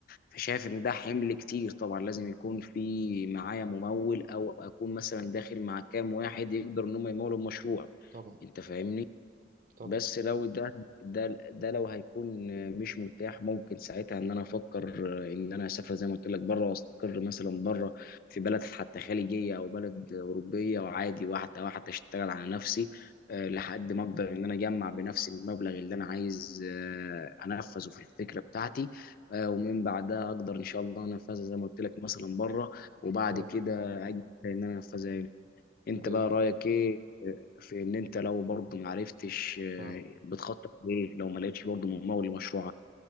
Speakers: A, on the left; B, on the right.
A: فشايف ان ده حمل كتير طبعا لازم يكون في معايا ممول او اكون مثلا داخل مع كام واحد يقدر ان هم يمولوا المشروع
B: طبعا
A: انت فاهمني
B: طبعا
A: بس لو ده ده ده لو هيكون مش متاح ممكن ساعتها ان انا افكر ان انا اسافر زي ما قلت لك بره واستقر مثلا بره في بلد حتى خليجيه او بلد اوروبيه وعادي واحده واحده اشتغل على نفسي آه، لحد ما اقدر ان انا اجمع بنفسي المبلغ اللي انا عايز آه، انفذه في الفكره بتاعتي آه، ومن بعدها اقدر ان شاء الله انفذها زي ما قلت لك مثلا بره وبعد
B: اه
A: كده اجي ان انا انفذها هنا انت
B: بإذن
A: بقى رايك ايه في ان انت لو برضه ما عرفتش آه،
B: اه
A: بتخطط ليه لو ما لقيتش برضه ممول لمشروعك